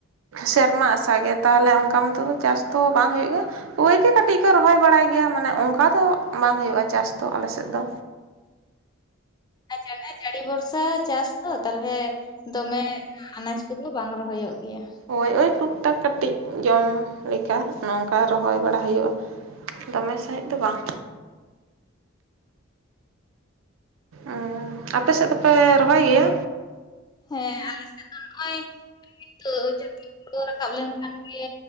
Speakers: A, on the right; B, on the left.
A: ᱥᱮᱨᱢᱟ ᱟᱥᱟ ᱜᱮ ᱛᱟᱦᱚᱞᱮ ᱚᱝᱠᱟ ᱢᱚᱛᱚ ᱫᱚ ᱪᱟᱥ ᱫᱚ ᱵᱟᱝ ᱦᱩᱭᱩᱜ ᱜᱮᱭᱟ? ᱳᱭ ᱜᱮ ᱠᱟᱹᱴᱤᱡ ᱠᱚ ᱨᱚᱦᱚᱭ ᱵᱟᱲᱟᱭ ᱜᱮᱭᱟ ᱢᱟᱱᱮ ᱚᱱᱠᱟ ᱫᱚ ᱵᱟᱝ ᱦᱩᱭᱩᱜᱼᱟ ᱪᱟᱥ ᱫᱚ ᱟᱞᱮᱥᱮᱫ ᱫᱚ᱾
B: ᱡᱮᱱᱮ ᱡᱟᱹᱲᱤ ᱵᱚᱨᱥᱟ ᱪᱟᱥ ᱛᱚ ᱛᱟᱞᱦᱮ ᱫᱚᱢᱮ ᱟᱱᱟᱡ ᱠᱚᱫᱚ ᱵᱟᱝ ᱨᱚᱦᱚᱭᱚᱜ ᱜᱮᱭᱟ᱾
A: ᱳᱭ ᱳᱭ ᱴᱩᱠ ᱴᱟᱠ ᱠᱟᱹᱴᱤᱡ ᱡᱚᱢ ᱞᱮᱠᱟ ᱱᱚᱝᱠᱟ ᱨᱚᱦᱚᱭ ᱵᱟᱲᱟ ᱦᱩᱭᱩᱜᱼᱟ᱾ ᱫᱚᱢᱮ ᱥᱟᱹᱦᱤᱡ ᱫᱚ ᱵᱟᱝ᱾ ᱚᱸ ᱟᱯᱮ ᱥᱮᱫ ᱫᱚᱯᱮ ᱨᱚᱦᱚᱭ ᱜᱮᱭᱟ?
B: ᱦᱮᱸ ᱟᱞᱮ ᱥᱮᱫ ᱫᱚ ᱱᱚᱜᱼᱚᱭ ᱱᱤᱛᱚᱜ ᱡᱟᱹᱯᱤ ᱦᱩᱲᱳ ᱨᱟᱠᱟᱵ ᱞᱮᱱᱠᱷᱟᱱ ᱜᱮ